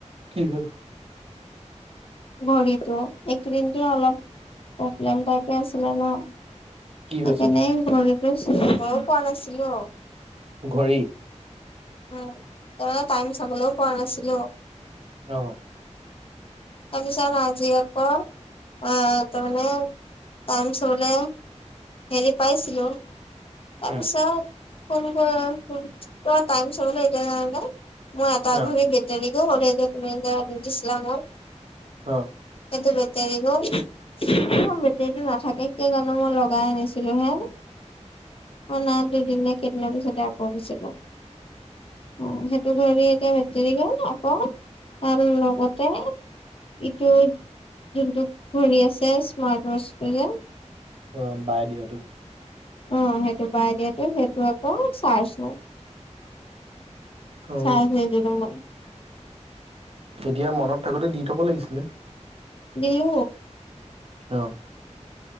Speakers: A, on the right (about 55°); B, on the left (about 50°).
A: কি হ'ল
B: ঘড়ীটো এইকেদিনকে অলপ প্ৰব্লেম টাইপে আছিলে ন
A: কি
B: সেইকাৰণে
A: হৈছে
B: ঘড়ীটোও চুবও পোৱা নাছিলো
A: ঘড়ী
B: উম মানে টাইম চাবলৈও পোৱা নাছিলো
A: অ
B: তাৰপিছত আজি আকৌ আহ তাৰ মানে টাইম চাবলে হেৰি পাইছিলো তাৰপিছত
A: উম
B: ফোন কৰ ফোন কত টাইম চাবলৈ এতিয়া যাওঁতে মই এটা
A: অ
B: ঘড়ী বেটাৰীকো হ'লে যে তুমি যে দিছিলা মোক
A: অ
B: সেইটো বেটৰী গ'ল বেটৰীটো নাথাকে। কিয় জানো মই লগাই আনিছিলো হে অ নাই দুদিন নে কেইদিনৰ পিছত আকৌ গুচি গ'ল অ সেইটো ঘড়ী এতিয়া বেটেৰী গ'ল আকৌ তাৰ লগতে ইটো যোনটো ঘড়ী আছে স্মাৰ্ট ৱাছটো যে
A: অ বাই দিয়াতো
B: অ সেইটো বাই দিয়াতো সেইটো আকৌ চাইছো
A: অ
B: চাই থৈ দিলো মই
A: এতিয়া মনত থাকোতে দি থব লাগিছিলে।
B: দিলো।
A: অহ